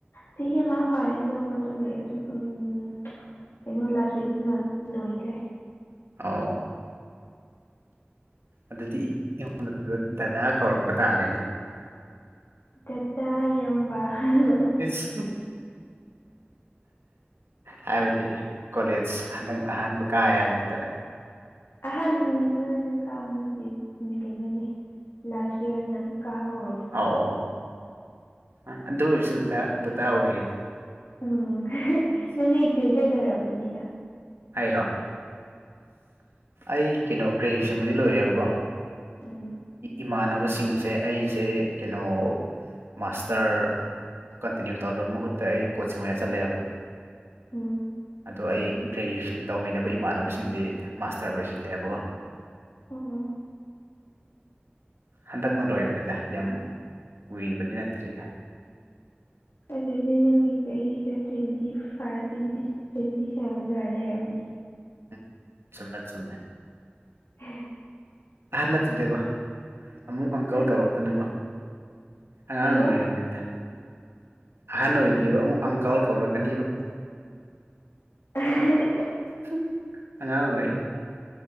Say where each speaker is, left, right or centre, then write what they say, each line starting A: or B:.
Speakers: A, on the left; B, on the right.
A: ꯆꯍꯤ ꯑꯃ ꯐꯥꯔꯦ ꯂꯧꯕ ꯑꯗꯨꯒꯤ ꯎꯝ ꯎꯝ ꯎꯝ ꯀꯩꯅꯣ ꯂꯥꯁ ꯋꯤꯛꯅ ꯂꯣꯏꯒ꯭ꯔꯦ
B: ꯑꯥꯎ ꯑꯣ ꯑꯗꯨꯗꯤ ꯑꯩꯉꯣꯟꯗ ꯗꯗ ꯗꯗꯥ ꯀꯧꯔꯛꯄ ꯇꯥꯔꯦꯅꯦ
A: ꯗꯗꯥ ꯏꯌꯥꯝꯕ ꯍ ꯍ ꯍ
B: <unintelligible> ꯍꯥꯏꯕꯗꯤ ꯀꯣꯂꯦꯖ ꯍꯟꯗꯛꯅ ꯑꯍꯥꯟꯕ ꯀꯥꯏ ꯍꯥꯏꯕꯗꯨꯗ
A: ꯑꯍꯥꯟꯕꯗ ꯀꯥꯕ ꯅꯠꯇꯤꯌꯦ ꯎꯝ ꯀꯩꯅꯣꯅꯦ ꯂꯥꯁ ꯏꯌꯔꯅ ꯀꯥꯕ ꯍꯧꯔ
B: ꯑꯣ ꯑ ꯑꯗꯨ ꯑꯣꯏꯔꯁꯨ <unintelligible> ꯑꯣꯏꯔꯤꯗꯤ
A: ꯎꯝ ꯅꯪꯗꯤ <unintelligible> ꯂꯩꯔꯝꯕꯅꯤꯅ
B: ꯑꯩꯔꯣ ꯑꯩ ꯀꯩꯅꯣ ꯒ꯭ꯔꯦꯖꯨꯋꯦꯁꯟꯕꯨꯗꯤ ꯂꯣꯏꯔꯦꯕꯀꯣ
A: ꯎꯝ
B: ꯏꯃꯥꯟꯅꯕꯁꯤꯡꯁꯦ ꯑꯩꯁꯦ ꯀꯩꯅꯣ ꯃꯥꯁꯇꯔ ꯀꯟꯇꯤꯅ꯭ꯌꯨ ꯇꯧꯗꯕ ꯃꯍꯨꯠꯇ ꯑꯩ ꯀꯣꯆꯤꯡ ꯑꯣꯏꯅ ꯆꯠꯂꯦꯕ
A: ꯎꯝ
B: ꯑꯗꯣ ꯑꯩ ꯒ꯭ꯔꯦꯖꯨꯋꯦꯁꯟ ꯇꯧꯃꯤꯟꯅꯕ ꯏꯃꯥꯟꯅꯕꯁꯤꯡꯗꯤ ꯃꯥꯁꯇꯔ ꯂꯣꯏꯁꯤꯜꯂꯦꯕꯀꯣ
A: ꯑꯣ
B: ꯍꯟꯗꯛꯅ ꯂꯣꯏꯕꯅꯤꯗ ꯌꯥꯝ ꯀꯨꯏꯕꯗꯤ ꯅꯠꯇ꯭ꯔꯤꯗ
A: ꯑꯗꯨꯗꯤ ꯅꯪꯒꯤ ꯆꯍꯤꯁꯦ twenty five twenty six twenty seven ꯑꯗꯨꯋꯥꯏꯗ ꯂꯩꯔꯝꯃꯤ
B: ꯎꯝ ꯆꯨꯝꯃꯦ ꯆꯨꯝꯃꯦ
A: <unintelligible>
B: ꯑꯍꯟ ꯅꯠꯇ꯭ꯔꯤꯗꯀꯣ ꯑꯃꯨꯛ ꯑꯪꯀꯜ
A: ꯍꯥ
B: ꯇꯧꯔꯛꯇꯅꯀꯣ ꯑꯉꯥꯡ
A: ꯀꯩ ꯍꯥꯏꯕ
B: ꯑꯣꯏꯔꯤꯕꯅꯤꯗ ꯑꯍꯥꯟ ꯑꯣꯏꯗ꯭ꯔꯤꯕ ꯑꯃꯨꯛ ꯑꯪꯀꯜ ꯀꯧꯔꯛꯀꯅꯤꯕ
A: ꯑ <unintelligible>
B: <unintelligible> ꯑꯉꯥꯡ ꯑꯣꯏꯔꯤ